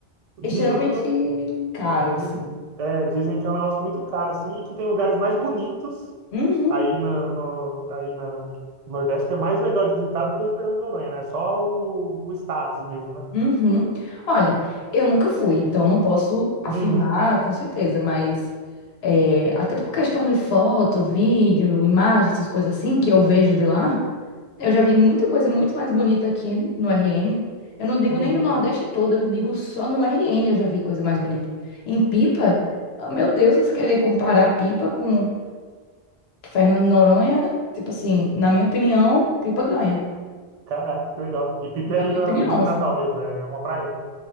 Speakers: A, on the left; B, on the right.
A: Extremamente
B: dizem que não.
A: caro,
B: diz-
A: assim.
B: é, dizem que é um negócio muito caro, assim, e que tem lugares mais bonitos
A: Uhum,
B: Aí, na, no, aí na no Nordeste é mais legal de visitar do que Fernando de Noronha, né? Só o, o status mesmo, né?
A: uhum. Olha, eu nunca fui, então não posso afirmar
B: Uhum,
A: com certeza, mas é, até por questão de foto, vídeo, imagem, essas coisas assim, que eu vejo de lá. Eu já vi muita coisa muito mais bonita aqui no RN. Eu não digo
B: uhum.
A: nem no Nordeste todo, eu digo só no RN eu já vi coisa mais bonita. Em Pipa, ah, meu Deus, você querer comparar Pipa com Fernando de Noronha, tipo assim, na minha opinião, Pipa ganha.
B: Caraca, que legal. E Pipa
A: Na
B: é aí
A: minha
B: na,
A: opinião,
B: em
A: assim,
B: Natal mesmo, é uma praia